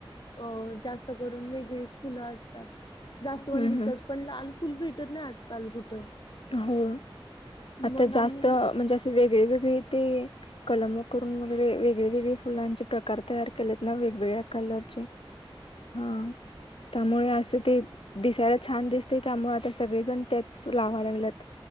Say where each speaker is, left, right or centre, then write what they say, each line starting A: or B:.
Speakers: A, on the left; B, on the left.
A: अ जास्त करून वेगळीच फुलं असतात. जास्वंदीचच
B: हम्म हम्म
A: पण लाल फुल भेटत नाय आजकाल कुठं.
B: हो. आता
A: मग आम्ही
B: जास्त म्हणजे असं वेग वेगवेेगळे ते कलम करून वगैरे वेगळे वेगळे फुलांचे प्रकार तयार केलेत ना वेगवेगळ्या कलरचे, हा त्यामुळे असं ते दिसायला छान दिसते, त्यामुळे आता सगळेजण त्याच लावा लागल्यात